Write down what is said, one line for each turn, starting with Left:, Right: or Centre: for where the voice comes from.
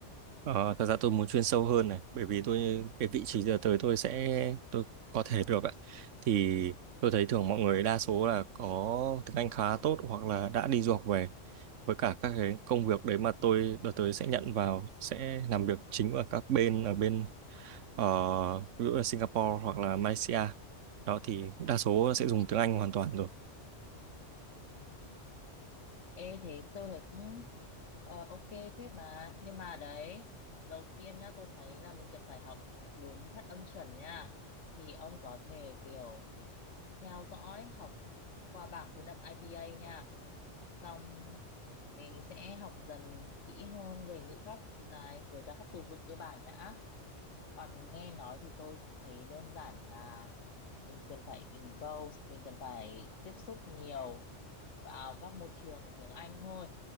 Right: Ờ, thật ra tôi muốn chuyên sâu hơn này bởi vì tôi cái vị
Left: ừ.
Right: trí giờ tới tôi sẽ tôi có thể được ạ thì tôi thấy thường mọi người đa số là có tiếng Anh khá tốt hoặc là đã đi du học về với cả các cái công việc đấy mà tôi đợt tới sẽ nhận vào sẽ làm việc chính ở các bên ở bên ờ, ví dụ là Singapore hoặc là Malaysia đó thì đa số sẽ dùng tiếng Anh hoàn toàn rồi
Left: Ừ. Ê thế tôi thấy cũng Ờ, ok phết mà nhưng mà đấy đầu tiên nhá tôi thấy là mình cần phải học đúng phát âm chuẩn nha thì ông có thể kiểu theo dõi học qua bảng phiên âm IPA nha xong mình sẽ học dần kỹ hơn về ngữ pháp này với các các từ vựng cơ bản đã còn nghe nói thì tôi thấy đơn giản là mình cần phải involve mình cần phải tiếp xúc nhiều vào các môi trường tiếng Anh thôi